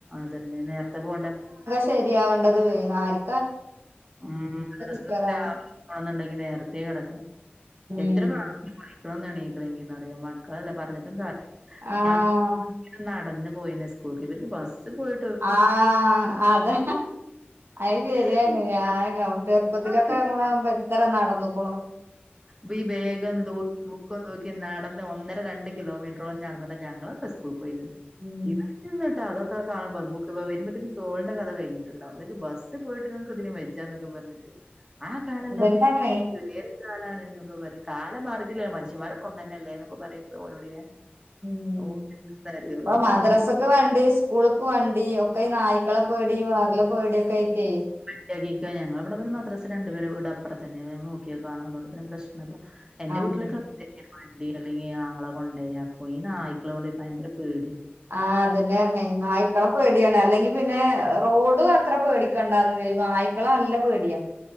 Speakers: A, on the right; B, on the right.
A: അതന്നെ നേര്ത്തെ പോണ്ടെ
B: ശരിയാവണ്ടത് വെ ആര്
A: ഉം ഉം മദ്രറസെക്ക്
B: ക്ലിയറാവും
A: രാവിലെ പോണന്ന്ണ്ടെങ്കി നേരത്തെ കെടക്കണം
B: ഉം
A: എത്ര പ്രവശ്യം വിളിക്കണോന്ന് എണീക്കണെങ്കിന്ന് അറിയോ ക്കളല്ലെ പറഞ്ഞട്ടും കാര്യല്ല
B: ആഹ്
A: ഞാം നടന്ന് പോയ്ന്നെ സ്കൂൾക്ക് ഇവര്ക്ക് ബസ്സിപോയ്
B: ആഹ് അതാ അയ് ശരിയാണ്
A: എന്താ
B: ഞാ ആയാണ് ചെറുപ്പത്തിലൊക്ക
A: ആദ്യം എന്റെ
B: അമ്മളാവ്മ്പ എത്ര നടന്നുക്ക്ണു
A: വി ബെഗും തൂക്കി ബുക്കും തൂക്കി നടന്ന് ഒന്നര രണ്ട് കിലോമീട്രോളം നടന്നിട്ടാ ഞങ്ങളക്ക സ്കൂ സ്കൂൾക്കൊയ്ര്ന്നത്ത്
B: ഉം
A: ഇവര് എന്നിട്ടാതോ ഇപ്പ കാണ്മ്പം ബുക്ക്‌ വര്മ്പത്തന്ന തോൾന്റ കഥ കയ്ഞ്ഞ്ട്ട്ണ്ടാവും അവര്ക്ക് ബസ്സി പോയ്‌ട്ടന്ന ഇങ്ങ്ക് ഇത്നും വജ്ജ് ചാന്നൊക്ക പറഞ്ഞട്ട് ആ കാലല്ല
B: അതന്നെ
A: ഉമ്മച്ചി ഇത് വേറെ കാലാണ്ന്നൊക്ക പറെം കാലം മാറിട്ടില്ലല്ലോ മനുഷ്യമ്മാരെക്ക ഒന്നന്നല്ലേന്ന് ഒക്ക പറെം ഇപ്പ ഓരോട് ഞാൻ
B: ഉം
A: ഓ
B: ഇപ്പ
A: അറിയോ ഇവിടുന്ന്
B: മദ്രസക്ക്‌ വണ്ടി സ്കൂൾക്ക് വണ്ടി ഒക്ക ഈ നായ് ക്കള പേടീം വെർല പേടിക്കായ്റ്റേ
A: റ്റകീക്ക ഞങ്ങള ഇവട പിന്ന മദ്രസ രണ്ട് പെര വീടപ്പറതന്നാണ് നമ്മള് നോക്കിയ കാണും അതോണ്ട് പിന്ന പ്രശ്നല്ല എന്റ
B: ആഹ്
A: വീട്ട്ലെക്ക എന്തെങ്കില് വണ്ടി അല്ലെങ്കി ആങ്ങള കൊണ്ടെയാക്കും ഈ നായ്ക്കള കൊണ്ടെ പയ്ങ്കര പേടിയാണ്
B: ആഹ് അതന്നെ പറഞ്ഞെ നായ്ക്കള പേടിയാണ് അല്ലെങ്കി പിന്നെ റോഡ് അത്ര പേടിക്കണ്ടാന്ന് വെയ് നായ്ക്കള നല്ല പേടിയാ